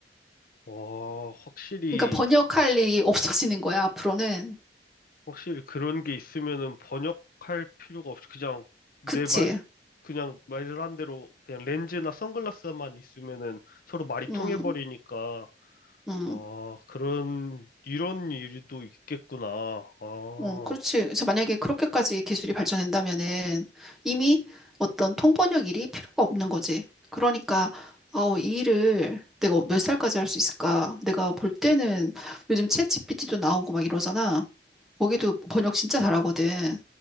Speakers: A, on the left; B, in the centre.
A: 와, 확실히,
B: 그러니까 번역할 일이 <laughs> 없어지는 거야, 앞으로는.
A: 확실히 그런 게 있으면은 번역할 필요가 없이 그냥 내
B: 그치?
A: 말, 그냥 말한 대로 그냥 렌즈나 선글라스만 있으면은 서로 말이 통해버리니까,
B: 음, 음.
A: 아, 그런, 이런 일도 있겠구나. 아.
B: 어, 그렇지. 그래서 만약에 그렇게까지 기술이 발전된다면은 이미 어떤 통번역 일이 필요가 없는 거지. 그러니까, 아우, 이 일을 내가 몇 살까지 할 수 있을까? 내가 볼 때는 요즘 챗 GPT도 나오고 막 이러잖아. 거기도 번역 진짜 잘하거든.